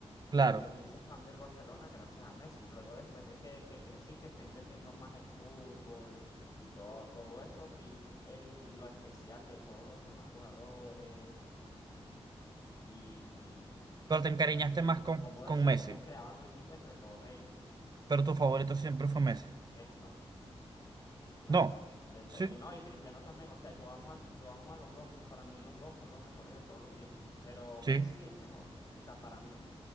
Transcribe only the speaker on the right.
claro.
Pero te encariñaste
más con,
con
Messi.
Pero tu favorito siempre fue Messi.
No.
Sí,
sí.